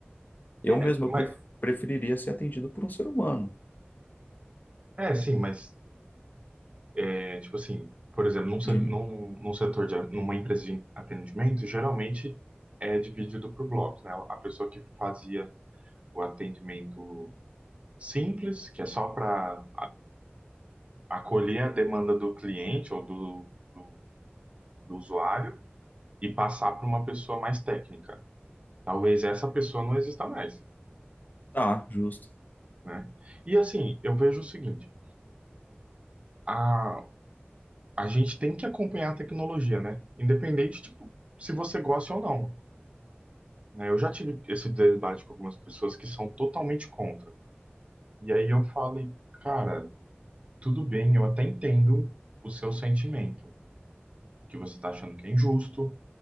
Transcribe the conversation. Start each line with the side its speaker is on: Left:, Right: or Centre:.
Left: Eu
Right: É,
Left: mesmo eu
Right: mas,
Left: pref- preferiria ser atendido por um ser humano.
Right: é sim, mas É, tipo assim, por exemplo, num, se-
Left: De,
Right: num, num setor de, numa empresa de atendimento, geralmente é dividido por blocos, né? A pessoa que fazia o atendimento simples, que é só para acolher a demanda do cliente ou do, do, do usuário e passar para uma pessoa mais técnica. Talvez essa pessoa não exista mais,
Left: tá, justo.
Right: né? E assim, eu vejo o seguinte, a, a gente tem que acompanhar a tecnologia, né? Independente, tipo, se você gosta ou não. né? Eu já tive esse debate com algumas pessoas que são totalmente contra. E aí eu falei, cara, tudo bem, eu até entendo o seu sentimento, que você tá achando que é injusto,